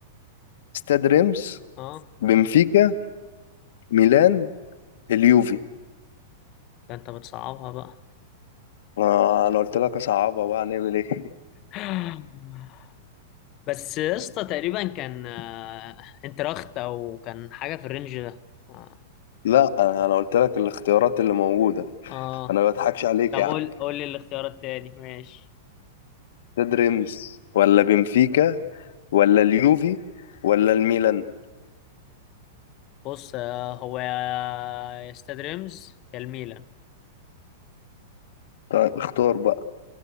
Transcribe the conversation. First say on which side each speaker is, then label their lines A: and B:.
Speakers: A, on the left; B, on the left.
A: استاد ريمس
B: اه
A: بنفيكا ميلان اليوفي
B: ده انت بتصعبها بقى
A: آه انا قلت لك اصعبها بقى هنعمل ايه
B: <gasps> <sighs> بس يا اسطى تقريبا كان آه، انتراخت او كان حاجه في الرينج ده اه,
A: <laughs> لا انا أنا قلت لك الاختيارات اللي موجوده
B: آه.
A: انا ما بضحكش عليك
B: طب
A: يا عم
B: قول قول لي الاختيار التاني ماشي
A: استاد ريمس ولا بنفيكا ولا اليوفي ولا الميلان
B: بص آه، هو يا يا استاد ريمز يا الميلان
A: طيب اختار بقى